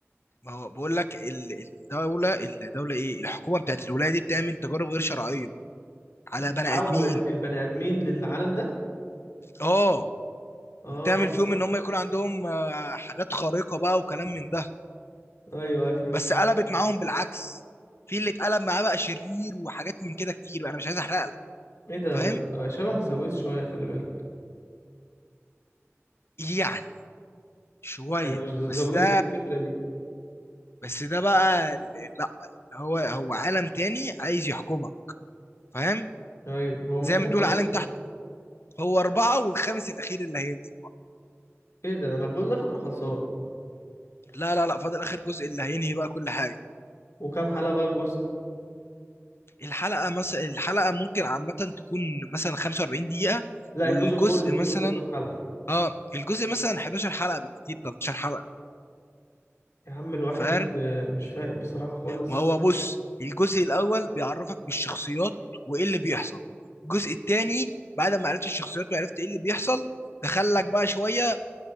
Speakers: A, on the left; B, on the left.
A: ما هو بقول لك ال- الدوله الدوله ايه الحكومه بتاعت الولايه دي بتعمل تجارب غير شرعيه على
B: بتحول
A: بني ادمين
B: البني ادمين للعالم ده
A: اه
B: اه
A: وبتعمل فيهم ان هم يكون عندهم آه، حاجات خارقه بقى وكلام من ده
B: ايوه أيوه، فهمت
A: بس قلبت معاهم بالعكس في اللي اتقلب معاه بقى شرير وحاجات من كده كتير انا مش عايز احرق لك
B: ايه ده,
A: فاهم
B: ده آه، شبه زابويس شوية خلي بالك
A: يعني شويه
B: يعني هو ز-
A: بس
B: زابويس
A: ده
B: فيه الفكرة دي
A: بس ده بقى ال- لا هو هو عالم تاني عايز يحكمك فاهم
B: ايوه هو من
A: زي
B: كام
A: ما تقول
B: جزء
A: عالم تحت هو أربعة والخامس الأخير اللي هينزل
B: ايه ده انا كل ده فكره خلصان
A: لا لا لا فاضل آخر جزء اللي هينهي بقى كل حاجة
B: وكام حلقة بقى الجزء
A: الحلقة مثلا الحلقة ممكن عامة تكون مثلا 45 دقيقة
B: لا
A: والجزء
B: الجزء كله الجزء
A: مثلا
B: كله كام حلقة
A: اه الجزء مثلا 11 حلقة بالكتير 13 حلقة
B: يا عم الواحد
A: فاهم
B: آه، مش فايق بصراحة خالص
A: ما هو بص الجزء الأول بيعرفك بالشخصيات وإيه اللي بيحصل الجزء التاني بعد ما عرفت الشخصيات وعرفت إيه اللي بيحصل دخلك بقى شوية